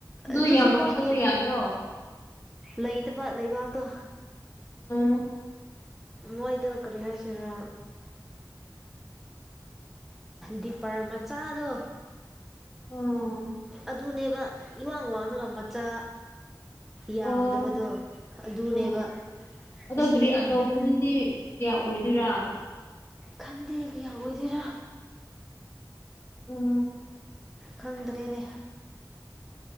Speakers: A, on the left (about 40°); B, in the centre.
A: ꯑꯗꯨ
B: ꯑꯗꯨꯁꯨ
A: ꯌꯥꯝ ꯂꯧꯁꯜꯂꯨ
B: ꯃꯣꯏꯒꯤ
A: ꯌꯥꯗ꯭ꯔꯣ
B: ꯂꯩꯇꯕ ꯂꯩꯕꯥꯛꯇꯣ
A: ꯎ <inaudible>
B: ꯃꯣꯏꯗ ꯀꯔꯤ ꯍꯥꯏꯁꯤꯔꯥ ꯗꯤꯄꯔ ꯃꯆꯥꯗꯣ
A: ꯎꯝ
B: ꯑꯗꯨꯅꯦꯕ ꯏꯋꯥꯡ ꯋꯥꯡꯅꯒ ꯃꯆꯥ ꯌꯥꯝꯗꯕꯗꯣ
A: ꯑꯣ
B: ꯑꯗꯨꯅꯦꯕ
A: ꯎꯝ ꯑꯗꯣ
B: ꯑꯁꯤ
A: ꯒꯔꯤ ꯑꯆꯧꯕꯗꯨꯗꯤ
B: ꯗꯤꯞ
A: ꯀꯌꯥ ꯑꯣꯏꯗꯣꯏꯔꯥ
B: ꯈꯟꯗꯦ ꯀꯌꯥ ꯑꯣꯏꯗꯣꯏꯔꯥ
A: ꯎ ꯎ <inaudible>
B: ꯈꯪꯗ꯭ꯔꯦꯅꯦ